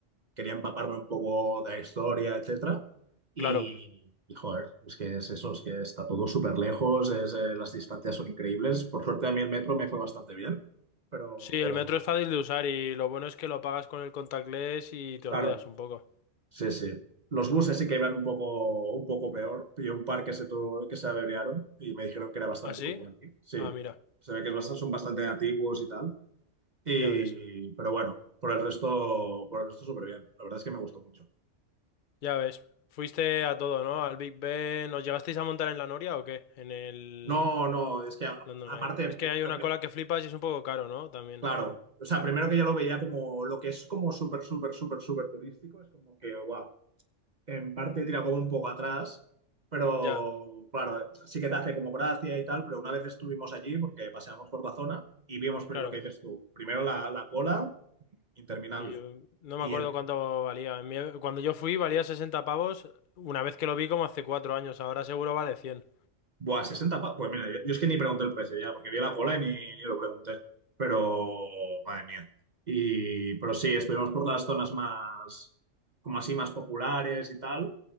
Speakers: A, on the right (about 40°); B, on the left (about 50°).
A: quería empaparme un poco de la historia, etcétera. Y,
B: claro.
A: y, joder, es que es eso, es que está todo súper lejos, es, eh, las distancias son increíbles. Por suerte a mí el metro me fue bastante bien, pero
B: Sí, el metro es fácil de usar y lo bueno es que lo pagas con el contactless y te
A: claro,
B: olvidas un poco.
A: sí, sí. Los buses sí que iban un poco, un poco peor. Pillé un par que se, tuvo- que se averiaron y me dijeron que era bastante
B: ¿Ah, sí?
A: común aquí. Sí,
B: Ah, mira,
A: se ve que es bastante- son bastante antiguos y tal. Y,
B: ya ves.
A: pero bueno, por el resto, por el resto súper bien. La verdad es que me gustó mucho.
B: Ya ves, fuiste a todo, ¿no? Al Big Ben. ¿Nos llegasteis a montar en la Noria o qué? En el
A: No, no, es que a-
B: London
A: aparte,
B: Eye. Es que hay una
A: ape-
B: cola que flipas y es un poco caro, ¿no? También.
A: claro, o sea, primero que ya lo veía como lo que es como súper, súper, súper, súper turístico, es como que, guau, en parte tira como un poco atrás, pero
B: Ya,
A: claro, sí que te hace como gracia y tal, pero una vez estuvimos allí porque paseamos por la zona y vimos pri-
B: claro.
A: lo que dices tú, primero la, la cola interminable.
B: Y yo no
A: Y
B: me acuerdo
A: el
B: cuánto valía. En mi- Cuando yo fui valía 60 pavos una vez que lo vi como hace cuatro años. Ahora seguro vale cien.
A: Buah, sesenta pa- Pues mira, yo, yo es que ni pregunté el precio ya, porque vi la cola y ni, ni lo pregunté. Pero, madre mía. Y, pero sí, estuvimos por las zonas más, como así, más populares y tal.